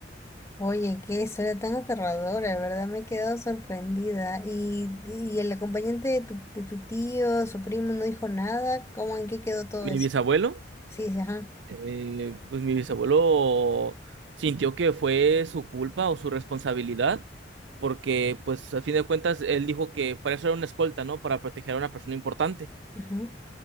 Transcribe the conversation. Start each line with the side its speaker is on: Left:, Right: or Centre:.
Left: Oye, qué historia tan aterradora, de verdad me he quedado sorprendida. ¿Y, y el acompañante de tu, de tu tío, su primo, no dijo nada? ¿Cómo en qué quedó todo
Right: Mi
Left: eso?
Right: bisabuelo
Left: Sí, sí, ajá.
Right: eh, pues mi bisabuelo sintió que fue su culpa o su responsabilidad, porque pues a fin de cuentas él dijo que para eso era una escolta, ¿no? Para proteger a una persona importante
Left: ujú.